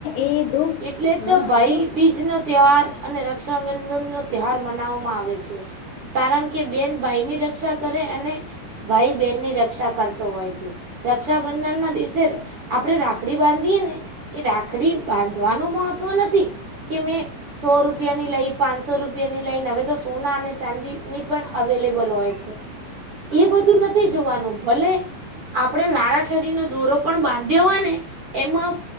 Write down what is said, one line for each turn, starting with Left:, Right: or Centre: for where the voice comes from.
Left: એ દુઃખ
Right: એટલે તો
Left: હા
Right: ભાઈ
Left: દુઃખ
Right: બીજ. ભાઈબીજનો ત્યોહાર અને રક્ષાબંધનનો ત્યોહાર મનાવવામાં આવે છે. કારણ કે બેન ભાઈની રક્ષા કરે, અને.... ભાઈ બેનની રક્ષા કરતો હોય છે. રક્ષાબંધનના દિવસે આપડે રાખડી બાંધીએ ને! એ રાખડી બાંધવાનું મહત્વ નથી. કે મેં.... સો રૂપિયાની લઈ પાંચસો રૂપિયાની લઈને હવે, તો સોના અને ચાંદીની પણ અવેલેબલ હોય છે. એ બધું નથી જોવાનું. ભલે, આપડે નારાછડીનો દોરો પણ બાંધ્યો હોય ને એમાં,